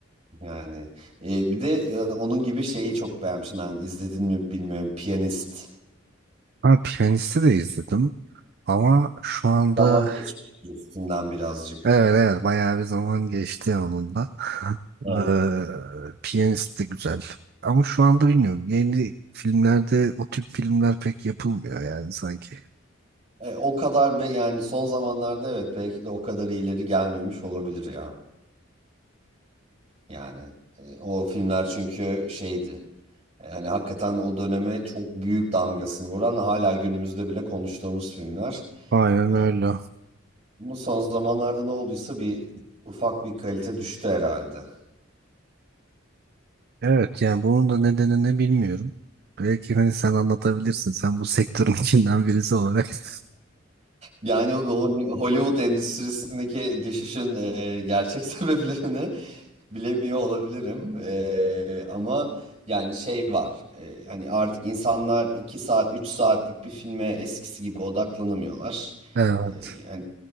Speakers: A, on the right; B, on the right.
A: Yani e, bir de e, onun gibi şeyi çok beğenmişim. Ben izledin mi bilmiyorum. Piyanist.
B: Ha Piyanist'i de izledim ama şu anda
A: Zaman geçmiştir üstünden birazcık.
B: Evet evet bayağı bir zaman geçti onunla. <laughs>
A: Evet.
B: Eee Piyanist de güzel. Ama şu anda bilmiyorum. Yeni filmlerde o tip filmler pek yapılmıyor yani sanki.
A: E, o kadar be yani son zamanlarda evet belki de o kadar ileri gelmemiş olabilir ya. Yani e, o filmler çünkü şeydi. E, hani hakikaten o döneme çok büyük damgasını vuran hala günümüzde bile konuştuğumuz filmler.
B: Aynen
A: E,
B: öyle.
A: bu son zamanlarda ne olduysa bir ufak bir kalite düştü herhalde.
B: Evet yani bunun da nedeni ne bilmiyorum. Belki hani sen anlatabilirsin. Sen bu sektörün <laughs> içinden birisi olarak. <laughs>
A: Yani o- bu hani Hollywood endüstrisindeki düşüşün e, gerçek <laughs> sebeplerini Bilemiyor olabilirim Ee, ama yani şey var Ee, hani artık insanlar 2 saat 3 saatlik bir filme eskisi gibi odaklanamıyorlar.
B: Evet.
A: Ee, hani